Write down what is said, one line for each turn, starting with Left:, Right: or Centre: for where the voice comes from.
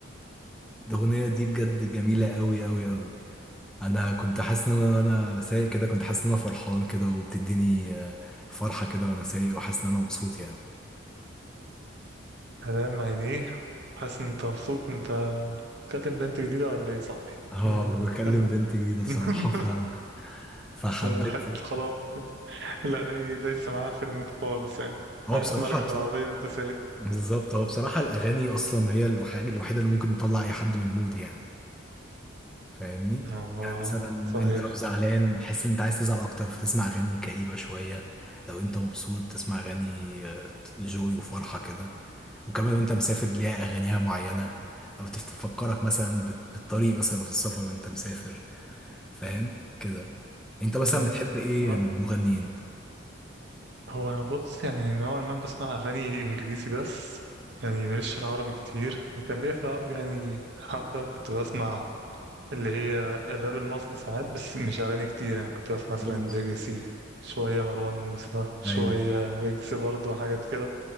Centre: الاغنيه دي بجد جميله قوي قوي قوي انا كنت حاسس ان انا وأنا سايق كده كنت حاسس ان انا فرحان كده وبتديني آه، فرحه كده وانا سايق وحاسس ان انا مبسوط يعني
Right: هلام عينيه حاسس ان انت مبسوط انت بتكلم بنت جديدة ولا ايه يا صاحبي؟
Centre: اه
Right: إيه،
Centre: بكلم
Right: بتكلم
Centre: بنت جديده بصراحه
Right: <laughs>
Centre: ف... فحبيت
Right: الواحد خلاص يعني. الأغاني دايسة معاه في الموت خالص يعني
Centre: هو
Right: قاعد
Centre: بصراحه
Right: تمرجح
Centre: بصراحه
Right: في العربية وانت سايق
Centre: بالظبط هو بصراحة الأغاني أصلا هي الحاجة الوحيدة اللي ممكن تطلع أي حد من المود يعني فاهمني؟
Right: اه
Centre: يعني مثلا
Right: صحيح
Centre: أنت لو زعلان تحس إن أنت عايز تزعل أكتر فتسمع أغاني كئيبة شوية لو أنت مبسوط تسمع أغاني آه، جوي وفرحة كده وكمان لو أنت مسافر ليها أغانيها معينة أو تفت- تفكرك مثلا بت- بالطريق مثلا في السفر وأنت مسافر فاهم؟ كده أنت مثلا
Right: أيوة.
Centre: بتحب إيه
Right: لا،
Centre: من المغنيين؟
Right: هو انا بص يعني نوعا ما بسمع أغاني إنجليزي بس يعني ماليش في العربي كتير وكان ليا في العربي يعني حبة كنت بسمع اللي هي الراب المصري ساعات بس مش أغاني كتير يعني كنت بسمع مثلا
Centre: بالنسبة
Right: ليجاسي شوية مروان موسى شوية
Centre: ايوه
Right: ويجز برضه حاجات كده